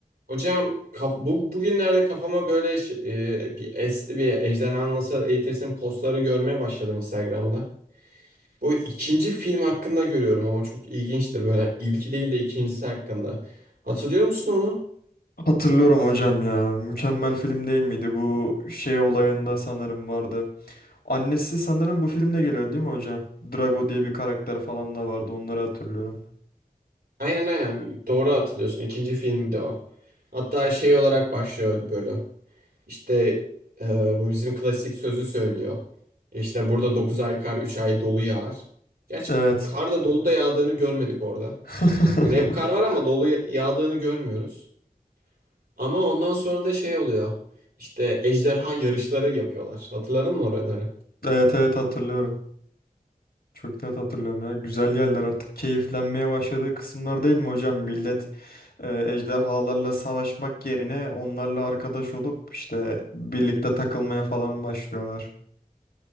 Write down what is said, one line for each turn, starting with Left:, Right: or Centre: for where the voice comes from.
Right: Hocam kaf- bu bugünlerde kafama böyle ş- e, bir esti bir Ejderhanı Nasıl Eğitirsin postları görmeye başladım Instagram'da. Bu ikinci film hakkında görüyorum ama çok ilginçtir böyle İlki değil de ikincisi hakkında. Hatırlıyor musun onu?
Left: Hatırlıyorum hocam ya. Mükemmel film değil miydi? Bu şey olayında sanırım vardı. Annesi sanırım bu filmde geliyor değil mi hocam? Drago diye bir karakter falan da vardı. Onları hatırlıyorum.
Right: Aynen aynen doğru hatırlıyorsun ikinci film de o. Hatta şey olarak başlıyor bölüm. İşte e, bu bizim klasik sözü söylüyor. İşte burada 9 ay kar 3 ay dolu yağar. Gerçi
Left: Evet.
Right: kar da dolu da yağdığını görmedik orada.
Left: <laughs>
Right: Hani hep kar var ama dolu yağdığını görmüyoruz. Ama ondan sonra da şey oluyor. İşte ejderha yarışları yapıyorlar. Hatırladın mı oraları?
Left: Evet evet hatırlıyorum. Çok net hatırlıyorum ya. Güzel yerler artık keyiflenmeye başladığı kısımlar değil mi hocam? Millet e, ejderhalarla savaşmak yerine onlarla arkadaş olup işte birlikte takılmaya falan başlıyorlar.